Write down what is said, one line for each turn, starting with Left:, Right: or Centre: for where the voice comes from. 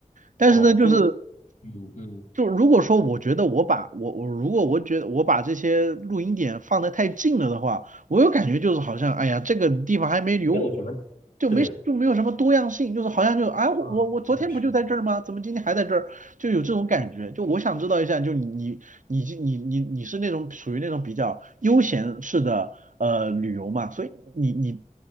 Right: 但是呢，
Left: 哦，
Right: 就是
Left: 就嗯嗯，
Right: 就如果说我觉得我把我我如果我觉得我把这些录音点放得太近了的话，我有感觉就是好像哎呀这个地方还没留，
Left: 没有什么，
Right: 就没就没有什么多样性，
Left: 对，
Right: 就是好像就啊我我我昨天不就在这儿吗？
Left: 啊，是的，是的，
Right: 怎么今天还在这儿？就有这种感觉。
Left: 对对对
Right: 就我想知道一下，就你你你你你你是那种属于那种比较悠闲式的呃旅游嘛，所以你你